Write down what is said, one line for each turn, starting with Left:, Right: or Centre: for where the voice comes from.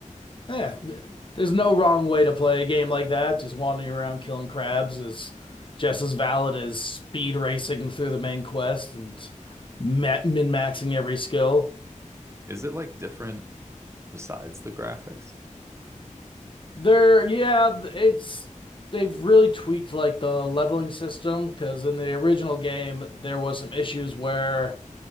Left: Yeah, there's no wrong way to play a game like that. Just wandering around killing crabs is just as valid as speed racing through the main quest and ma- min-maxing every skill.
Right: Is it like different besides the graphics?
Left: They're yeah, it's they've really tweaked like the leveling system because in the original game there was some issues where